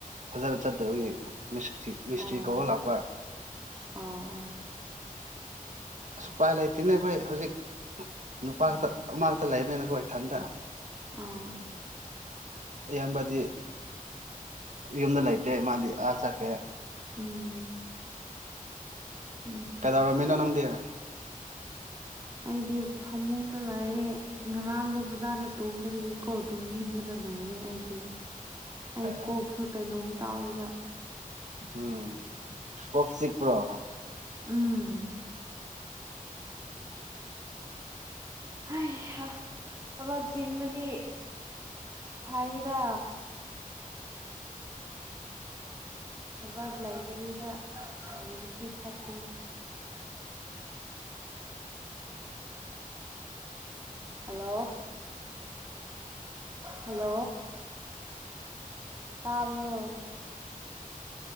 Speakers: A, on the right; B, on the right.
A: ꯐꯖꯅ ꯆꯠꯇꯕꯒꯤ ꯃꯤꯁꯇ꯭ꯔꯤ ꯃꯤꯁꯇ꯭ꯔꯤ
B: ꯑꯣ
A: ꯀꯧꯕ ꯂꯥꯛꯄ
B: ꯑꯣ ꯑꯣ
A: ꯎꯄꯥꯏ ꯂꯩꯇꯦꯅꯦ ꯑꯩꯈꯣꯏ ꯍꯧꯖꯤꯛ ꯅꯨꯄꯥꯇ
B: ꯎꯝ
A: ꯑꯃꯛꯈꯛꯇ ꯂꯩꯕꯅꯤꯅꯀꯣ ꯏꯊꯟꯇ
B: ꯑꯣ
A: ꯏꯌꯥꯝꯕꯗꯤ ꯌꯨꯝꯗ ꯂꯩꯇꯦ ꯃꯥꯗꯤ ꯑꯥ ꯆꯠꯈ꯭ꯔꯦ
B: ꯎꯝ ꯎꯝ
A: ꯀꯩꯗꯔꯝꯃꯤꯅꯣ ꯅꯪꯗꯤ
B: ꯑꯩꯗꯤ ꯐꯃꯨꯡꯗ ꯂꯩꯥꯏꯔꯦ ꯉꯔꯥꯡꯗꯣ ꯐꯖꯥꯅ ꯇꯨꯝꯗꯕꯒꯤꯀꯣ ꯇꯨꯝꯅꯤꯡꯕꯅ ꯂꯣꯏꯔꯦ ꯑꯩꯗꯤ ꯑꯩ
A: ꯑꯦ
B: ꯀꯣꯛꯁꯨ ꯀꯩꯅꯣꯝ ꯇꯧꯋꯦꯕ
A: ꯑꯥ ꯀꯣꯛ ꯆꯤꯛꯄ꯭ꯔꯣ
B: ꯎꯝ ꯍꯥꯏꯍꯥ ꯊꯕꯛ ꯆꯤꯟꯕꯗꯤ ꯐꯩꯌꯦꯗ ꯊꯕꯛ ꯂꯩꯗꯕꯤꯗ ꯂꯩꯕꯕꯁꯤ ꯐꯠꯇꯦ ꯍꯂꯣ ꯍꯂꯣ ꯇꯥꯕ꯭ꯔꯣ